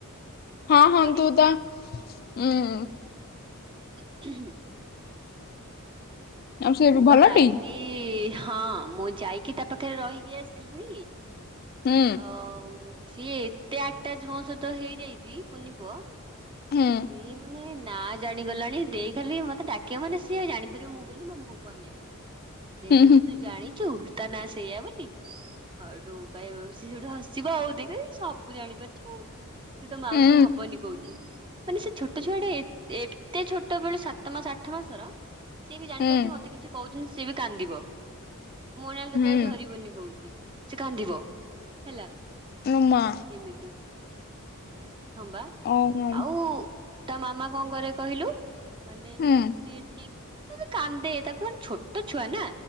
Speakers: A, on the left (about 45°); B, on the right (about 20°).
A: ହଁ
B: ଫଟୋରେ
A: ହଁ ତୁ ତା ଉଁ
B: <unintelligible>
A: ଆଉ ସେ ବି
B: ମୁଁ
A: ଭଲଟି?
B: ପା ଯାଇକି ହଁ ମୁଁ ଯାଇକି ତା ପାଖରେ ରହିକି ଆସିଲିନି।
A: ହୁଁ
B: ଅ ସିଏ ଏତେ ଆଟାଜ ମୋ ସହିତ ହେଇଯାଇଚି କୁନି ପୁଅ
A: ହୁଁ
B: ସିଏ ମାନେ ନା ଜାଣିଗଲାଣି ଦେଇ ଖାଲି ମତେ ଡାକିବ ମାନେ ସିଏ ଜାଣିପାରିବ ମୁଁ ବୋଲି ମୋ ମୁହଁ କୁ ଅନେଇବ। ଦେଇ
A: ହୁଁ
B: କହିବ ତୁ ଜଣିଚୁ ତା ନାଁ ସେଇଆ ବୋଲି। ହଟୁ କହିବ ସେ ସେଇଠୁ ହସିବ ଆଉ ଦେଇ କହିବ ଏ ସବୁ ଜାଣିପାରୁଚି ଆଉ। ସେ ତ ମାଉସୀ
A: ହୁଁ
B: ହବନି କହୁଚି। ମାନେ ସେ ଛୋଟ ଛୁଆଟା ଏତେ ଛୋଟ ବେଳୁ ସାତ ମାସ ଆଠ ମାସର ସିଏ ବି ଜାଣିପାରୁଚି
A: ହୁଁ
B: ମତେ କିଛି କହୁଚନ୍ତି ସିଏ ବି କାନ୍ଦିବ। ମୋନାଲି
A: ହୁଁ
B: ତତେ
A: ହୁଁ
B: ଆଉ ଧରିବନି କହୁଚି ସେ କାନ୍ଦିବ ହେଲା।
A: ନୋ ମା।
B: ଏମିତି ହଁ ବା।
A: ଓହୋ।
B: ଆଉ ତା ମାମା କଣ କରେ କହିଲୁ ମାନେ ସିଏ
A: ହୁଁ
B: ଟିକ ଅଦି କାନ୍ଦେ ତାକୁ ମାନେ ଛୋଟ ଛୁଆ ନା